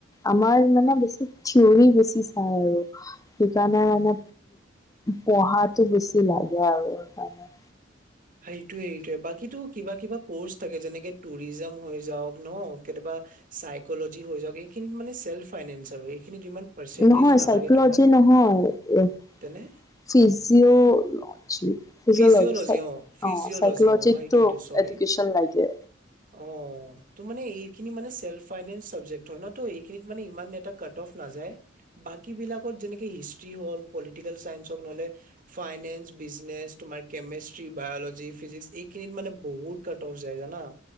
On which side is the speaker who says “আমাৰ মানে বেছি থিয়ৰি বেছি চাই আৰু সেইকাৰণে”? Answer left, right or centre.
Left